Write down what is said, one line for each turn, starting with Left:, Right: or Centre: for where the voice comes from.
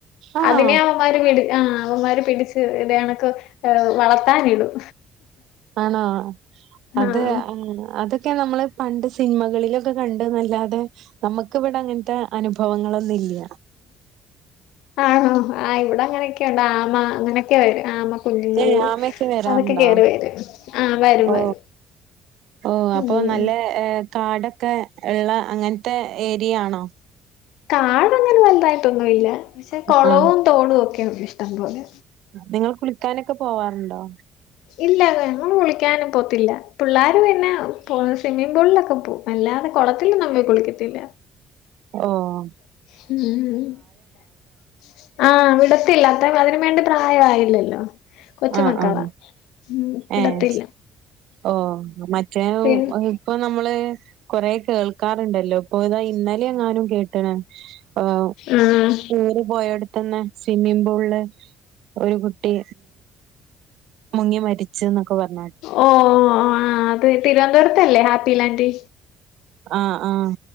Right: ആണോ
Left: അതിനെ അവമാര് പിടി ആഹ് അവന്മാര് പിടിച്ച് ഇതണക്ക് വളർത്താനിടും
Right: ആണോ അത്
Left: ആഹ്
Right: അതൊക്കെ നമ്മള് പണ്ട് സിനിമകളിലൊക്കെ കണ്ട് നല്ലാതെ നമുക്ക് ഇവിടെ അങ്ങനത്തെ അനുഭവങ്ങളൊന്നും ഇല്ല
Left: ആണോ ആഹ് ഇവിടെ അങ്ങനെയൊക്കെയുണ്ട് ആമ അങ്ങനെയൊക്കെ വരും ആമ കുഞ്ഞുങ്ങള്
Right: ഏഹ് ആമയൊക്കെ വരാറുണ്ടോ?
Left: അതൊക്കെ കേറി വരും ആഹ് വരും
Right: ഓ
Left: വരും
Right: ഓ അപ്പൊ
Left: ഉം
Right: നല്ല ഏ കാടൊക്കെള്ള അങ്ങൻത്തെ ഏരിയയാണോ
Left: കാടൊന്നങ്ങനെ നല്ലതായിട്ടൊന്നു ഇല്ല പക്ഷേ കൊളവും
Right: ആഹ്
Left: തോടും ഒക്കെയുണ്ട് ഇഷ്ടംപോലെ
Right: നിങ്ങൾ കുളിക്കാനൊക്കെ പോവാറുണ്ടോ
Left: ഇല്ല ഞങ്ങള് കുളിക്കാനും പോത്തില്ല പിള്ളേര് പിന്നെ പോ സ്വിമ്മിംഗ് പൂളിലൊക്കെ പോവും വല്ലാതെ കൊളത്തിലൊന്നും കുളിക്കത്തില്ല
Right: ഓഹ്
Left: ഉം ആഹ് വിടത്തില്ല അത്ര അതിന് വേണ്ടി പ്രായമായില്ലല്ലോ കൊച്ച്
Right: ആഹ്
Left: മക്കളാ
Right: ആഹ്
Left: ഉം വിടത്തില്ല
Right: ഏഹ് ഓഹ് മറ്റേ
Left: പി
Right: ഇപ്പൊ നമ്മള് കൊറേ കേൾക്കാറുണ്ടല്ലോ ഇപ്പൊ ഇതാ ഇന്നലെ എങ്ങാനും കേട്ട്ണ് ഓഹ്
Left: ആഹ്
Right: കൂര് പോയടു ത്ത്ന്ന് സ്വിമ്മിംഗ് പൂളില് ഒരു കുട്ടി മുങ്ങി മരി ച്ച്ന്നൊക്കെപർഞ്ഞ്
Left: ഓ ആത് തിരുവനന്തപുരത്തല്ലേ ഹാപ്പിലാന്റ്
Right: ആഹ് ആഹ്